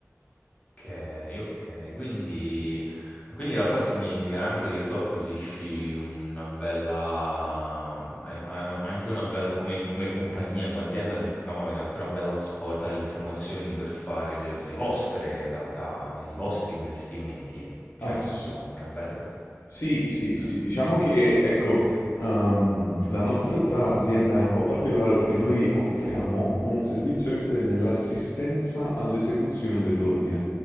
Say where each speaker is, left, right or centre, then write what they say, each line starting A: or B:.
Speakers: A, on the left; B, on the left.
A: Ok, ok, quindi, ma quindi in realtà significa anche che tu acquisisci una bella, hai- hai anche una bella, come, come compagnia, come azienda, diciamo, avete anche una bella scorta di informazioni per fare le, le vostre, in realtà, eh, i vostri investimenti, cioè
B: Ass-
A: nel senso una bella...
B: Sì, sì,
A: no.
B: sì, diciamo che ecco, ehm, la nostra azienda è un po' particolare perché noi offriamo un servizio che sarebbe l'assistenza all'esecuzione dell'ordine,